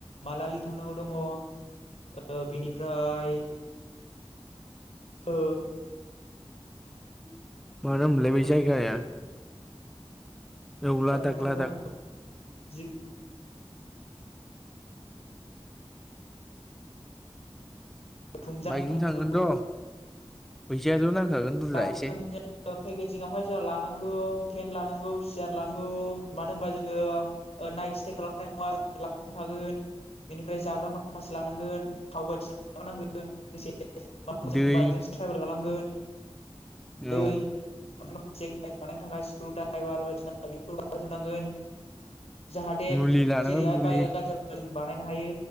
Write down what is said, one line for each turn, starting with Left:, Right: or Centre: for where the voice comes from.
Left: मानालि थांनांगौ दङ ओ बेनि फ्राय ओ
Centre: <inaudible> मा नाममोनलाय
Left: लादाख
Centre: बै जायगाया औ लादाख
Left: थांनांगौ
Centre: लादाख
Left: दङ <unintelligible> थुमजां
Centre: बाइकजों
Left: थांनांगौ
Centre: थांगोनथ' फैसायाथ' नांखागोन बुरजा
Left: बाइक
Centre: एसे
Left: जों फेकिजिंआव हाय जा लानांगौ थेन लानांगौ नांगौ सियार लांगौ मा होनबा जोङो नाइट स्टे खालामनाय नङा ल थागोन बेनिफ्राय जाग्रा माखासे लानांगोन थाव बायदिना खालामानांगोन मा मोजां
Centre: दै
Left: बाइकजोंसो ट्रेभेल खालामगोन <inaudible> दै
Centre: औ
Left: मफ्राय माखासे गाय बानायनायनि थाखाय स्क्रु द राइभार बायदिसिना बेल खालामजोबनांगोन जाहाथे
Centre: मुलि लानांगोन
Left: जेरैहाय
Centre: मुलि
Left: बाइकआ गाज्रि जाब बानायनो हायो